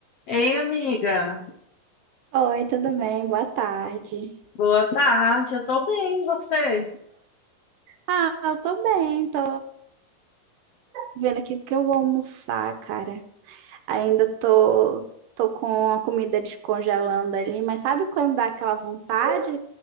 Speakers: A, on the left (about 75°); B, on the right (about 75°).
A: Ei, amiga,
B: Oi, tudo bem? Boa tarde.
A: boa tarde. Eu tô bem, e você?
B: Ah, eu tô bem, tô vendo aqui o que eu vou almoçar, cara. Ainda tô, tô com a comida descongelando ali, mas sabe quando dá aquela vontade